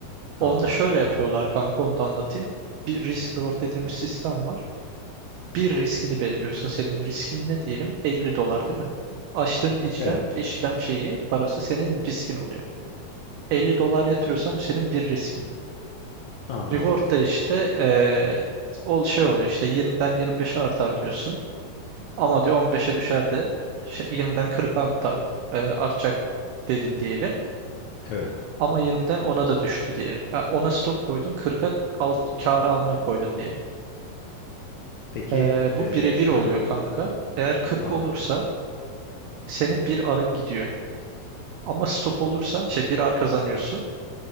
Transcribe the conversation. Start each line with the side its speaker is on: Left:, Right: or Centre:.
Left: Anladım.
Right: Onu da şöyle yapıyorlar
Left: Tamam.
Right: kanka onu da anlatayım. Bir risk reward dediğimiz sistem var. Bir riskini belirliyorsun. Senin riskin ne diyelim? elli dolar değil mi? Açtığın işlem,
Left: Evet.
Right: işlem şeyi, parası senin riskin oluyor. 50 dolar yatırıyorsan bu senin bir riskin.
Left: Anladım.
Right: Reward da işte eee ol şey oluyor işte 20'den 25'e artar diyorsun. Ama diyor 15'e düşer de şey, 20'den 40'a artar, eee, artacak dedin diyelim.
Left: Evet.
Right: Ama 20'den 10'a da düştü diyelim. Ya 10'a stop koydun 40'a al, kârı almaya koydun diyelim.
Left: Peki
Right: Eee bu
Left: e,
Right: birebir
Left: şöyle
Right: oluyor
Left: oluyor
Right: kanka.
Left: mu?
Right: Eğer 40
Left: Tamam.
Right: olursa senin bir arın gidiyor. Ama stop olursa şey bir ar kazanıyorsun.